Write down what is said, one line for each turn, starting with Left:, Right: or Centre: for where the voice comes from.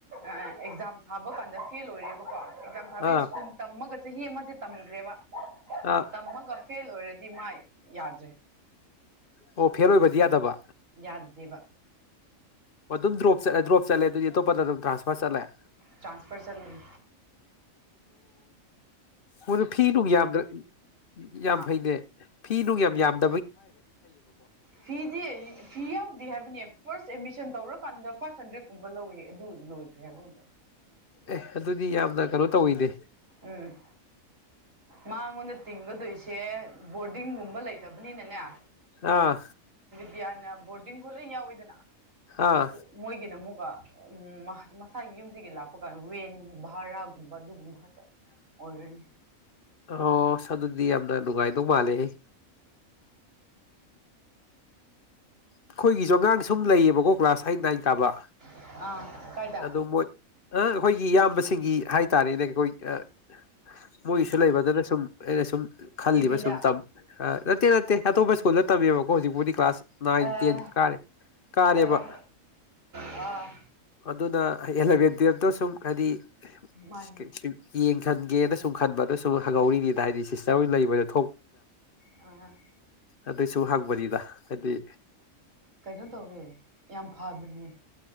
Right: ꯑꯦꯛꯖꯥꯝ ꯊꯥꯕ ꯀꯥꯟꯗ ꯐꯦꯜ ꯑꯣꯏꯔꯦꯕꯀꯣ ꯑꯦꯛꯖꯥꯝ ꯊ
Left: ꯑꯥ
Right: ꯁꯀꯨꯜ ꯇꯝꯃꯒ ꯆꯍꯤ ꯑꯃꯁꯦ ꯇꯝꯒꯔꯦꯕ
Left: ꯑꯥ
Right: ꯇꯝꯃꯒ ꯐ ꯐꯦꯜ ꯑꯣꯏꯔꯗꯤ ꯃꯥ ꯌꯥꯗ꯭ꯔꯦ
Left: ꯑꯣ ꯐꯦꯜ ꯑꯣꯏꯕꯗꯤ ꯌꯥꯗꯕ
Right: ꯌꯥꯗꯦꯕ
Left: ꯑꯣ ꯑꯗꯨꯝ ꯗ꯭ꯔ‌ꯣꯞ ꯆꯠꯂ‌ꯦ ꯗ꯭ꯔꯣꯞ ꯆꯠꯂꯦ ꯑꯗꯨꯗꯤ ꯑꯇꯣꯞꯄꯗ ꯑꯗꯨꯝ ꯇꯔꯥꯟꯁꯐꯥꯔ ꯆꯠꯂꯦ
Right: ꯇ꯭ꯔꯥꯟꯁꯐꯔ ꯆꯪꯉꯤ
Left: ꯃ‌ꯣꯏꯗ‌ꯣ ꯐꯤ ꯅꯨꯡ ꯌꯥꯝꯗ꯭ꯔ ꯌꯥꯝ
Right: ꯍꯥ
Left: ꯐꯩꯅꯦ ꯐꯤ ꯅꯨꯡ ꯌꯥꯝ ꯌꯥꯝ
Right: ꯐꯤꯗꯤ ꯑ ꯐꯤ ꯌꯥꯎꯗ‌ꯦ ꯍꯥꯏꯕꯅꯦ ꯐꯥꯔꯁ ꯑꯦꯗꯃꯤꯁꯟ ꯇꯧꯔꯀꯥꯟꯗ ꯐꯥꯏꯚ ꯍꯟꯗ꯭ꯔꯦꯗꯀꯨꯝꯕ ꯂꯧꯋ‌ꯦ ꯑꯗꯨ ꯂꯣꯏꯈ꯭ꯔꯦ ꯍꯥꯏꯕꯔ ꯀꯩꯅ‌ꯣ ꯇꯧꯋ‌ꯦ <unintelligible>
Left: ꯑꯦ ꯑꯗꯨꯗꯤ ꯌꯥꯝꯅ ꯀꯩꯅꯣ ꯇꯧꯋꯤꯅꯦ
Right: ꯎꯝ ꯃꯉꯣꯟꯗ ꯇꯤꯡꯒꯗꯣꯏꯁꯦ ꯕꯣꯔꯗꯤꯡꯒꯨꯝꯕ ꯂꯩꯇꯕꯅꯤꯅꯅꯦ
Left: ꯑꯥ
Right: ꯗꯤꯌꯥꯅ ꯕꯣꯔꯗꯤꯡ ꯈꯣꯏ ꯂ‌ꯣꯏ ꯌꯥꯎꯋꯤꯗꯅ ꯑ
Left: ꯑꯥ
Right: ꯃꯣꯏꯒꯤꯅꯃꯨꯛ ꯕꯥ ꯎꯝ ꯃꯁꯥꯒꯤ ꯌꯨꯝꯗꯒꯤ ꯂꯥꯛꯄ ꯀꯥꯟꯗ ꯋꯦꯟ ꯚꯥꯔꯥꯒꯨꯝꯕ ꯑꯗꯨꯒꯨꯝꯕ ꯈ ꯇ ꯑꯣꯏꯔꯅꯤ
Left: ꯑꯣ ꯑꯁ ꯑꯗꯨꯗꯤ ꯌꯥꯝ ꯗ ꯅꯨꯡꯉꯥꯏꯗꯧ ꯃꯥꯜꯂꯦꯍ‌ꯦ ꯑꯩꯈꯣꯏꯒꯤꯁꯨ ꯑꯉꯥꯡ ꯁꯨꯝ ꯂꯩꯌꯦꯕꯀꯣ ꯀ꯭ꯂꯥꯁ ꯑꯥꯏꯠ ꯅꯥꯏꯟ ꯀꯥꯕ
Right: ꯑꯥ ꯀꯥꯏꯗ
Left: ꯑꯗꯨ ꯃ‌ꯣꯏ ꯑꯥ ꯑꯩꯈꯣꯏꯒꯤ ꯏꯌꯥꯝꯕꯁꯤꯡꯒꯤ ꯍꯥꯏꯇꯥꯔꯦꯅꯦ ꯑꯩꯈꯣꯏ ꯑꯥ ꯃꯣꯏꯁꯨ ꯂꯩꯕꯗꯅ ꯁꯨꯝ ꯑꯦ ꯁꯨꯝ ꯑꯥ ꯈꯜꯂꯤꯕ
Right: ꯀꯦꯕꯤꯗ
Left: ꯁꯨꯝ ꯇꯝ ꯑꯥ ꯅꯠ ꯇ‌ꯦ ꯅꯠꯇ‌ꯦ ꯑꯇ‌ꯣꯞꯄꯥ ꯏꯁꯀꯨꯜꯗ ꯇꯝꯃꯤꯌ‌ꯦꯕꯥ ꯍꯧꯖꯤꯛꯄꯨꯗꯤ ꯀ꯭ꯂꯥꯁ ꯅꯥꯏꯟ
Right: ꯑꯥ
Left: ꯇ‌ꯦꯟ ꯀꯥꯔꯦ ꯀꯥꯔꯦꯕ
Right: ꯑꯥ ꯑꯥ
Left: ꯑꯗꯨꯅ ꯑꯦꯂꯚꯦꯟ ꯇꯨꯌꯦꯜꯐꯇ‌ꯣ ꯁꯨꯝ ꯍꯥꯏꯗꯤ <unintelligible>
Right: ꯃꯥꯅꯦ
Left: ꯏꯁꯀꯦꯁꯤꯜ <unintelligible> ꯌꯦꯡ ꯈꯟꯒꯦꯅ ꯁꯨꯝ ꯈꯟꯕꯗꯣ ꯁꯨꯝ ꯍꯪꯍꯧꯔꯤꯅꯤꯅ ꯍꯥꯏꯗꯤ ꯁꯤꯁꯇꯔ ꯑꯣꯏꯅ ꯂꯩꯕꯗ
Right: ꯑ
Left: ꯑꯗꯨꯩ ꯁꯨꯝ ꯍꯪꯕꯅꯤꯗ ꯍꯥꯏꯗꯤ
Right: ꯀꯩꯅꯣ ꯇꯧꯋꯦ ꯌꯥꯝ ꯐꯕꯅꯦ